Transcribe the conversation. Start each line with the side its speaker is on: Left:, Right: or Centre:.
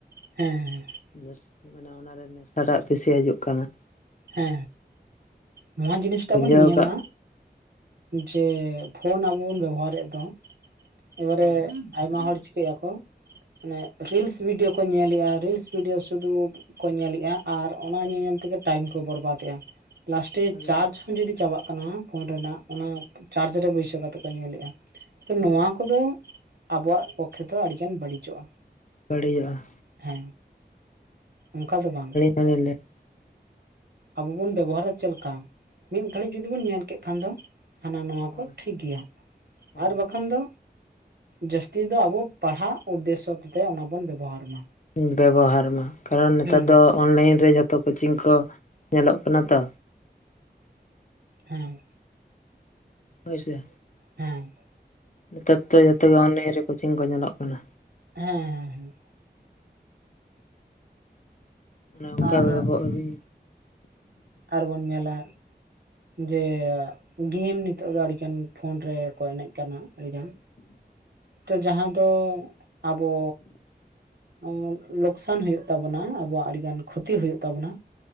Right: ᱦᱮᱼᱮ ᱦᱮ
Left: ' <inaudible> ᱵᱮᱥ ᱢᱟᱱᱮ ᱚᱱᱟᱨᱮ' ᱱᱮᱥᱟᱴᱟᱜ ᱵᱮᱥᱤ ᱦᱤᱡᱩᱜ ᱠᱟᱱᱟ᱾
Right: ᱦᱮ ᱱᱚᱣᱟ ᱡᱤᱱᱤᱥᱴᱟ
Left: ᱜᱩᱸᱡᱟᱹᱣ
Right: ᱵᱚᱱ ᱧᱮᱞᱟ᱾
Left: ᱠᱟᱜ
Right: ᱡᱮ ᱯᱷᱳᱱ ᱟᱵᱚ ᱵᱚᱱ ᱵᱮᱵᱚᱦᱟᱨ ᱮᱫ ᱫᱚ, ᱮᱵᱟᱨᱮ
Left: ᱦᱳᱭ
Right: ᱟᱭᱢᱟ ᱦᱚᱲ ᱪᱤᱠᱟᱹ ᱭᱟᱠᱚ ᱢᱟᱱᱮ ᱨᱤᱞᱥ ᱵᱷᱤᱰᱭᱳ ᱠᱚ ᱧᱮᱞᱮᱫᱼᱟ ᱨᱤᱞᱥ ᱵᱷᱤᱰᱭᱳ ᱥᱩᱫᱷᱩ ᱠᱚ ᱧᱮᱞᱮᱜᱼᱟ ᱟᱨ ᱚᱱᱟ ᱧᱮᱧᱮᱞ ᱛᱮᱜᱮ ᱴᱟᱭᱤᱢ ᱠᱚ ᱵᱚᱨᱵᱟᱫᱮᱫᱼᱟ, ᱞᱟᱥᱴᱮ
Left: ᱮᱠᱫᱚᱢ
Right: ᱪᱟᱨᱡᱽ ᱡᱩᱫᱤ ᱪᱟᱵᱟᱜ ᱠᱟᱱᱟ ᱯᱷᱳᱱ ᱨᱮᱱᱟᱜ ᱚᱱᱟ ᱪᱟᱨᱡᱽ ᱨᱮ ᱵᱟᱹᱭᱥᱟᱹᱣ ᱠᱟᱛᱮ ᱠᱚ ᱧᱮᱞᱮᱜᱼᱟ᱾
Left: ᱦᱳᱭ
Right: ᱱᱚᱣᱟ ᱠᱚᱫᱚ ᱟᱵᱚᱣᱟᱜ ᱯᱚᱠᱠᱷᱮ ᱛᱚ ᱟᱹᱰᱤᱜᱟᱱ ᱵᱟᱹᱲᱤᱡᱚᱜᱼᱟ᱾
Left: ᱵᱟᱲᱤᱡᱚᱜᱼᱟ
Right: ᱦᱮ ᱚᱱᱠᱟ ᱫᱚ ᱵᱟᱝ,
Left: <unintelligible>
Right: ᱟᱵᱚ ᱵᱚᱱ ᱵᱮᱵᱚᱦᱟᱨᱟ ᱪᱮᱫ ᱞᱮᱠᱟ, ᱢᱤᱫ ᱜᱷᱟᱹᱲᱤᱡ ᱡᱚᱫᱤ ᱵᱚᱱ ᱧᱮᱞ ᱠᱮᱫ ᱠᱷᱟᱱ ᱫᱚ, ᱦᱟᱱᱟ ᱱᱚᱣᱟᱠᱩ
Left: ᱦᱳᱭ
Right: ᱴᱷᱤᱠ ᱜᱮᱭᱟ
Left: ᱦᱳᱭ
Right: ᱟᱨ ᱵᱟᱠᱷᱟᱱ ᱫᱚ, ᱡᱟᱹᱥᱛᱤ ᱫᱚ ᱟᱵᱚ ᱯᱟᱲᱦᱟᱜ ᱩᱫᱽᱫᱮᱥᱚ ᱚᱱᱟ ᱵᱚᱱ ᱵᱮᱵᱚᱦᱟᱨ ᱢᱟ᱾
Left: ᱵᱮᱵᱚᱦᱟᱨ ᱢᱟ ᱠᱟᱨᱚᱱ ᱱᱮᱛᱟᱨ
Right: ᱦᱮᱸ
Left: ᱫᱚ ᱚᱱᱞᱟᱭᱤᱱ ᱨᱮ ᱡᱚᱛᱚ ᱠᱳᱪᱤᱝ ᱠᱚ ᱧᱮᱞᱚᱜ ᱠᱟᱱᱟ ᱛᱚ᱾
Right: ᱦᱮ
Left: ᱦᱳᱭᱥᱮ?
Right: ᱦᱮ
Left: ᱱᱮᱛᱟᱨ ᱫᱚ ᱡᱷᱚᱛᱚ ᱜᱮ ᱚᱱᱞᱟᱭᱤᱱ ᱨᱮ ᱠᱳᱪᱤᱝ ᱠᱚ ᱧᱮᱞᱚᱜ ᱠᱟᱱᱟ᱾
Right: ᱦᱮᱻ
Left: ᱱᱚᱝᱠᱟ
Right: ᱟᱨ
Left: ᱵᱮᱵᱚᱜ ᱜᱤ
Right: ᱟᱨᱵᱚᱱ ᱧᱮᱞᱟ ᱡᱮ ᱜᱤᱢ ᱱᱤᱛᱚᱜ ᱫᱚ ᱟᱹᱰᱤᱜᱟᱱ ᱯᱷᱳᱱ ᱨᱮᱠᱚ ᱮᱱᱮᱡ ᱠᱟᱱᱟ ᱟᱹᱰᱤᱜᱟᱱ ᱛᱚ ᱡᱟᱦᱟ ᱫᱚ ᱟᱵᱚ ᱚᱢᱚᱱ ᱞᱚᱠᱥᱟᱱ ᱦᱩᱭᱩᱜ ᱛᱟᱵᱩᱱᱟ ᱟᱵᱚᱣᱟᱜ ᱟᱹᱰᱤᱜᱟᱱ ᱠᱷᱩᱤ ᱦᱩᱭᱩᱜ ᱛᱟᱵᱚᱱᱟ᱾